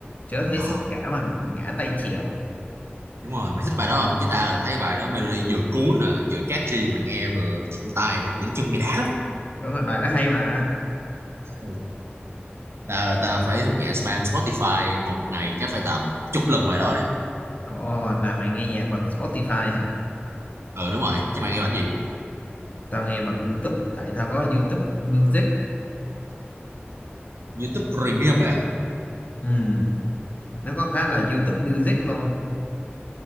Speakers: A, on the left (about 40°); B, on the right (about 85°).
A: chớ thấy
B: Ồ,
A: sóng cả mà ngã tay chèo
B: đúng rồi mày thích bài đó không chứ ta là thấy bài đó melody vừa cuốn nè vừa catchy mà nghe vừa thuận tai nữa kiểu chung nghe đã lắm
A: đúng rồi bài đó hay mà
B: ừ. ta ta phải thuộc dạng spam Spotify một ngày chắc phải tầm chục lần bài đó đấy
A: ồ là mày nghe nhạc bằng Spotify hả
B: ừ đúng rồi chứ mày nghe bản gì
A: tao nghe bằng YouTube tại tao có YouTube Music
B: YouTube Premium ấy à
A: ừ nó có cái là YouTube Music luôn